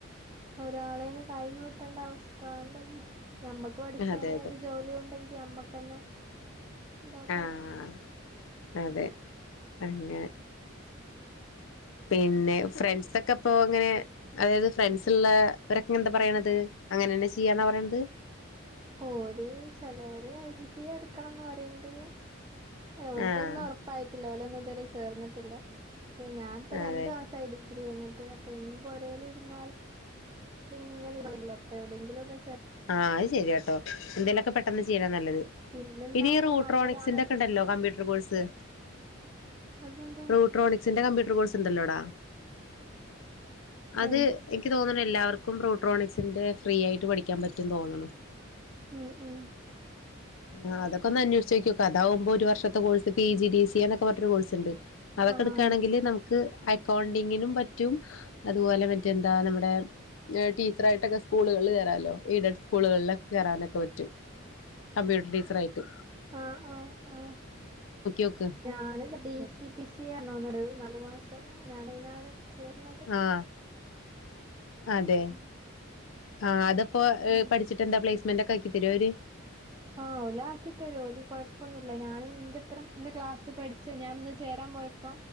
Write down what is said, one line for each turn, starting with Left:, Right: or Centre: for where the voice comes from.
Right: ഒരാളെ നിന്ന് കൈ നിട്ടേണ്ട അവസ് ആതോണ്ടല്ല ഞമ്മക്ക് പഠിച്ചാല്
Left: അതെ അതെ
Right: ഒരു ജോലി ഉണ്ടെങ്കി അമ്മക്ക്ന്നെ ഉണ്ടാക്കാലോ
Left: ആഹ് അതെ അങ്ങനെ പിന്നെ ഫ്രണ്ട്സൊക്കെ ഇപ്പോ അങ്ങനെ. അതായത് ഫ്രണ്ട്സ് ഉള്ളവരൊക്കെ എന്താ പറയണത്. അങ്ങനെന്നാ ചെയ്യാന്നാ പറയണത്.
Right: ഓര് ചിലോര് ഐ സി സി എടുക്കണംന്ന് പറയണ്ട്. ഓര്ത്തൊന്നും.
Left: ആഹ്
Right: ഒറപ്പ് ഉറപ്പായിട്ടില്ല ഓലൊന്നും ഇത് വരെ ചേർന്നിട്ടില്ല. അപ്പൊ ഞാനിപ്പ രണ്ട്
Left: അതെ
Right: ത <unintelligible> ഡിഗ്രി കഴിട്ട് അപ്പൊ ഇനിയും പുരേൽ ഇരുന്നാല്. ഇങ്ങനെങ്ങനോ അപ്പോ എവിടെങ്കിലും ഒന്.
Left: ആഹ അത് ശരിയാട്ടോ എന്തേകിലൊക്കെ പെട്ടെന്ന് ചെയ്യണ് നല്ലത്.
Right: സ്കില്ല് ഇണ്ടാക്കണ
Left: ഇനീ റൂട്രോണിക്സിന്റെ
Right: നല്ലതാണല്ലോ
Left: ഒക്കെ ഉണ്ടല്ലോ കമ്പ്യൂട്ടർ കോഴ്സ്.
Right: അതെന്താ
Left: റൂട്രോണിക്സിന്റെ കമ്പ്യൂട്ടർ കോഴ്സ് ഉണ്ടല്ലോടാ. അത്
Right: ഏഹ്
Left: എനിക്ക് തോന്നുന്നു എല്ലാവർക്കും റൂട്രോണിക്സിന്റെ ഫ്രീ ആയിട്ട് പഠിക്ക പഠിക്കാൻ പറ്റുംന്ന് തോന്നണ്.
Right: ഉം ഉം
Left: ആഹ അതൊക്ക ഒന് അന്വേഷിച്ച് ന നോക്ക അതാവുമ്പോ ഒരുവർഷത്തെ course P G D C എന്നൊക്കെ പറഞ്ഞ കോഴസ് ഉണ്ട്. അതൊക്കെ
Right: ആഹ്
Left: എടുക്കുകയാണെങ്കിൽ നമുക്ക് അക്കൗണ്ടിങ്ങിനും പറ്റും. അതുപോലെ മറ്റെന്താ നമ്മുടെ. ടീച്ചറായിട്ടൊക്കെ സ്കൂളുകളിൽ കൊറലോ എയ്ഡ് സ്കൂളുകളിലൊക്കെ കൊറനൊക്കെ പറ്റും. കമ്പ്യൂട്ടർ ടീച്ചർ ആയിട്ട്.
Right: ആഹ ആഹ ആഹ
Left: നോക്ക്
Right: ഞാന് E D C P C നല്ല് മാസം ഞാന് ആയിനാണ് ചേരുന്നത്.
Left: ആഹ് അതെ
Right: <unintelligible>
Left: ആഹ് അതിപ്പോ
Right: ഉം
Left: പഠിച്ചിട്ട് എന്താ പ്ലേസ്മെന്റ് ഒക്കെ ആക്കി തരുആവര്.
Right: ആഹ് ഓല്അക്കി തരും ഒരു കുഴപ്പൊന്നുല ഇ ഞാനൻന്റെപ്പറം എന്റെ ക്ലാസ്സ് പഠിച്ച ഞാൻ ഇന്ന് ചേരാൻ പോയ. ഇപ്പൊ